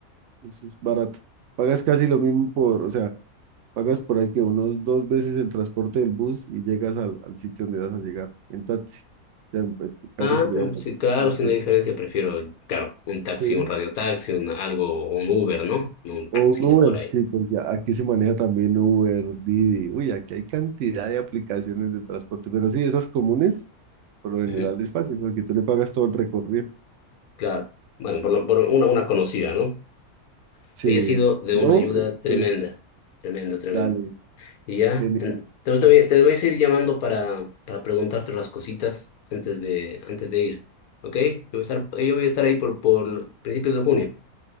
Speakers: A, on the right (about 65°); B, on the left (about 75°).
A: eso es barato. Pagas casi lo mismo por, o sea, Pagas por ahí que unos dos veces el transporte del bus y llegas al, al sitio donde vas a llegar, en taxi, o sea, en, en tu carro
B: Ah,
A: privado. pues.
B: sí, claro,
A: Entonces,
B: sin la diferencia, prefiero, claro, un taxi,
A: sí.
B: un radiotaxi, un, algo, un Uber, ¿no? No un
A: O
B: taxi
A: un Uber,
B: de por ahí.
A: sí, porque aquí se maneja también Uber, Didi. Uy, aquí hay cantidad de aplicaciones de transporte, pero sí, esas comunes, por lo general
B: Ujú,
A: es fácil, porque tú le pagas todo el recorrido.
B: Claro, bueno, por, lo- por una, una conocida, ¿no?
A: Sí,
B: Ella ha sido de
A: no,
B: una ayuda
A: en-
B: tremenda,
A: en el-
B: tremendo, tremendo.
A: dale,
B: Y ya,
A: genial.
B: en- entonces te voy, te voy a seguir llamando para, para preguntarte otras cositas antes de, antes de ir. ¿Ok? Yo voy a estar, eh, yo voy a estar ahí por, por principios de junio.